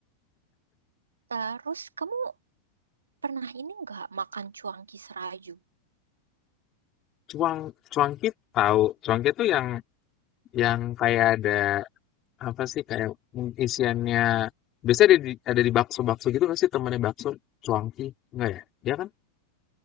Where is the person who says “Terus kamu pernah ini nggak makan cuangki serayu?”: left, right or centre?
Right